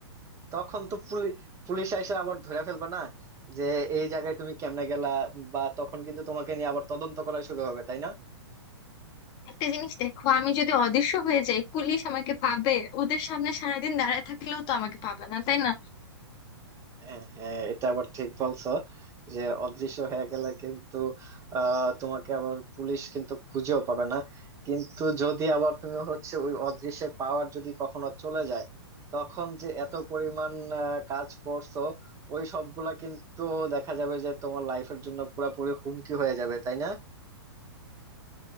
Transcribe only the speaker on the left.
একটা জিনিস দেখো আমি যদি অদৃশ্য হয়ে যাই পুলিশ আমাকে পাবে ওদের সামনে সারাদিন দাঁড়ায় থাকলেও তো আমাকে পাবে না তাই না